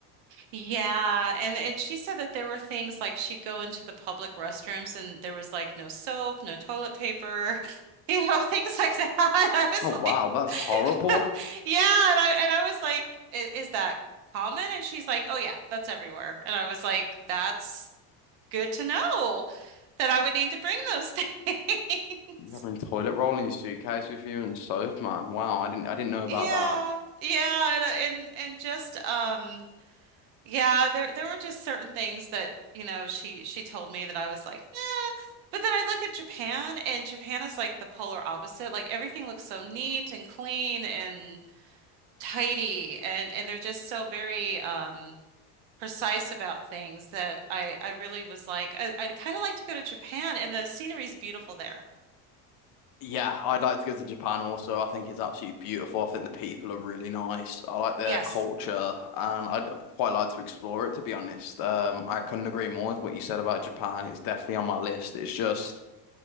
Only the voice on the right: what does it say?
yeah. And it, she said that there were things like she'd go into the public restrooms and there was like no soap, no toilet paper, <laughs> you know, things like that. <laughs> I was
like,
<laughs> yeah. And I, and I was like, "I- is that common? And she's like, oh, yeah, that's everywhere. And I was like, that's good to know that I would need to bring those <laughs> things.
Yeah,
yeah, and uh, and and just um, yeah, there there were just certain things that you know she she told me that I was like, nah. But then I look at Japan, and Japan is like the polar opposite. Like everything looks so neat and clean and tidy, and and they're just so very um precise about things that I I really was like, I, I'd kind of like to go to Japan, and the scenery's beautiful there.
Yes.